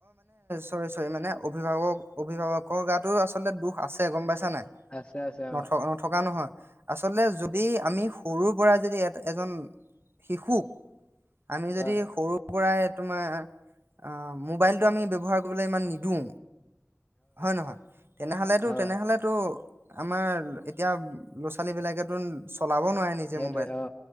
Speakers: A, on the right; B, on the left.
A: চ চৰি মানে অভিভাৱক অভিভাৱকৰ গাতো আচলতে দোষ আছে গম পাইছ নাই,
B: আছে আছে
A: ন
B: অ
A: নথকা নহয়। আচলতে যদি আমি সৰুৰ পৰা যদি এ এজন শিশুক, আমি যদি
B: হয়
A: সৰু কৰাই তোমাৰ, আ মোবাইলটো আমি ব্যৱহাৰ কৰিবলৈ ইমান নিদিওঁ হয় নহয়? তেনেহলেতো,
B: হয়
A: তেনেহলেতো আমাৰ এতিয়া ল'ৰা-ছোৱালী বিলাকেতো চলাব নোৱাৰে নিজে
B: সেইটোৱে
A: মোবাইল
B: অ